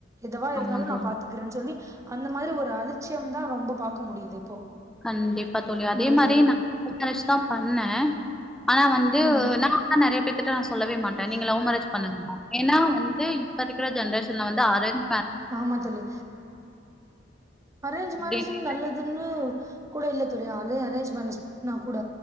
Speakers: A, on the right (about 15°); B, in the centre.
A: எதுவா இருந்தாலு
B: ஆமா தோழி
A: நா பாத்துக் றேன்னு சொல்லி அந்த மாதிரி ஒரு அலட்சியோ தா ரொம்ப பார்க்க முடியுது இப்போ
B: கண்டிப்பா தோழி அதே
A: உங்களுக்கு
B: மாதிரி நான் இத வச்சு தா பண்ணே ஆனா வந்து
A: ம்
B: நா ஆனா நா நறைய பேத்துட்ட நா சொல்லவே மாட்டே நீங்க லவ் மேரேஜ் பண்ண ஏன்னா வந்து இப்ப இருக்கிற ஜென்ரேஷன்ல வந்து அரேஞ்
A: ஆமா சொல்லி அரேஞ்ச்
B: அப்டின்னு
A: மேரேஜ் நல்லதுன்னு கூட இல்ல தோழி அதே அரேஞ்ச் மேரேஜ்னா கூட